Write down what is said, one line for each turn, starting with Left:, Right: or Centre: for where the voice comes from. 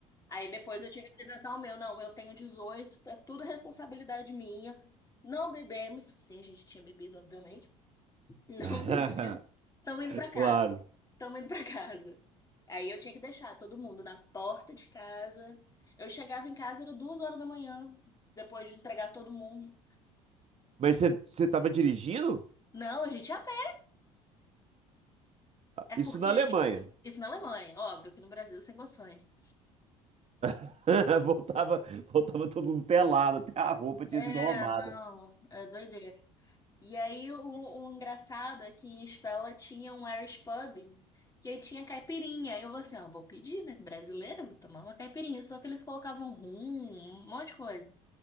Left: Aí depois eu tive que apresentar o meu. Não, eu tenho 18, é tudo responsabilidade minha. Não bebemos. Sim, a gente tinha bebido, obviamente. Não
Right: <laughs>
Left: bebemos. Estamos indo para casa.
Right: Claro.
Left: Estamos indo para casa. Aí eu tinha que deixar todo mundo na porta de casa. Eu chegava em casa, era duas horas da manhã, depois de entregar todo mundo.
Right: Mas você você tava dirigindo?
Left: Não, a gente ia a pé. É porque
Right: Isso na Alemanha.
Left: isso na Alemanha, óbvio, que no Brasil sem condições.
Right: <laughs> Voltava, voltava todo mundo pelado, até a roupa tinha
Left: É,
Right: sido roubada.
Left: não, é doideira. E aí o, o engraçado é que em Spella tinha um Irish pub que aí tinha caipirinha. Aí Eu falei assim, ó, vou pedir, né? Brasileira, vou tomar uma caipirinha. Só que eles colocavam rum, um monte de coisa.